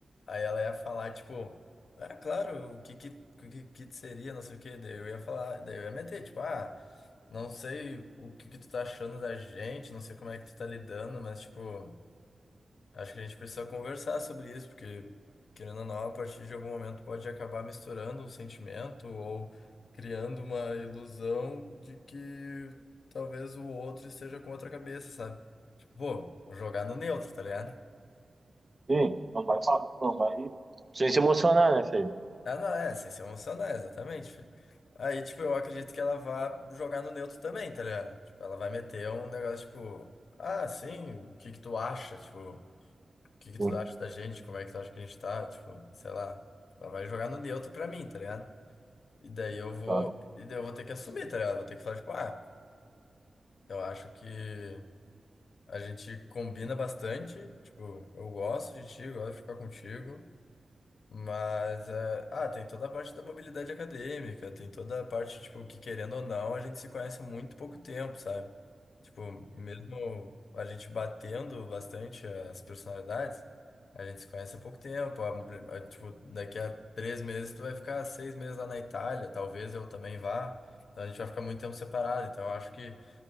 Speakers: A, on the left; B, on the right.
A: aí ela ia falar, tipo, ah, claro, o que que, o que que seria, não sei o quê. Daí eu ia falar, daí eu ia meter, tipo, ah, não sei o que que tu tá achando da gente, não sei como é que tu tá lidando, mas, tipo. Acho que a gente precisa conversar sobre isso, porque, querendo ou não, a partir de algum momento pode acabar misturando um sentimento ou criando uma ilusão de que talvez o outro esteja com outra cabeça, sabe? Tipo, pô, vou jogar no neutro, tá ligado?
B: sim, não vai falar, não vai, sem se emocionar, né, feio?
A: Ah, não, é, sem se emocionar, exatamente, filho. Aí, tipo, eu acredito que ela vá jogar no neutro também, tá ligado? Tipo, ela vai meter um negócio, tipo, ah, sim, o que que tu acha? Tipo. O que que
B: Sim,
A: tu acha da gente? Como é que tu acha que a gente tá? Tipo, sei lá. Tipo, Ela vai jogar no neutro pra mim, tá ligado? E daí eu vou,
B: tá bom.
A: e daí eu vou ter que assumir, tá ligado? Vou ter que falar, tipo, ah, eu acho que a gente combina bastante. Tipo, eu gosto de ti, eu gosto de ficar contigo. Mas, é, ah, tem toda a parte da mobilidade acadêmica, tem toda a parte, tipo, que querendo ou não, a gente se conhece há muito pouco tempo, sabe? Tipo, mesmo a gente batendo bastante as personalidades, a gente se conhece há pouco tempo. a- a- tipo, daqui a três meses tu vai ficar seis meses lá na Itália, talvez eu também vá. Então a gente vai ficar muito tempo separado. Então eu acho que